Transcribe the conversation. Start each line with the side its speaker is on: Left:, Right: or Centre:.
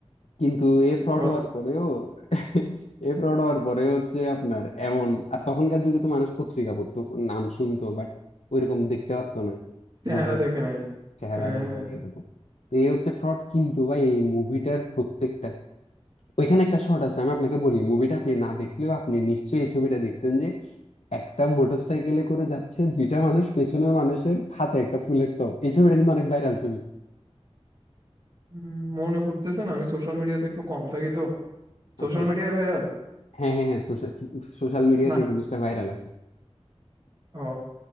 Left: কিন্তু এ ফ্রড
Right: বাহ,
Left: হওয়ার পরেও <laughs> এ ফ্রড হওয়ার পরে হচ্ছে আপনার এমন আর তখনকার যুগে তো মানুষ পত্রিকা পড়তো নাম শুনতো বাট ওইরকম দেখতে পারতো না
Right: চেহারা
Left: মুভি
Right: দেখে নাই
Left: চেহারা
Right: হ্যাঁ হ্যাঁ
Left: দেয়নি
Right: হ্যাঁ।
Left: এরকম তো এই হচ্ছে ফ্রড কিন্তু ভাই এই মুভিটার প্রত্যেকটা ওইখানে একটা শর্ট আছে আমি আপনাকে বলি মুভিটা আপনি না দেখলেও আপনি নিশ্চয়ই এই ছবিটা দেখছেন যে একটা মোটরসাইকেলে করে যাচ্ছে দুইটা মানুষ পেছনের মানুষের হাতে একটা ফুলের টব এই ছবিটা কিন্তু অনেক ভাইরাল ছবি
Right: উম, মনে পড়তেছে না আমি সোশ্যাল মিডিয়াতে একটু কম থাকি তো
Left: আচ্ছা
Right: সোশ্যাল
Left: আচ্ছা
Right: মিডিয়ায় ভাইরাল
Left: হ্যাঁ হ্যাঁ হ্যাঁ সোশ্যাল সোশ্যাল মিডিয়াতে
Right: না
Left: এই জিনিসটা ভাইরাল আছে
Right: ও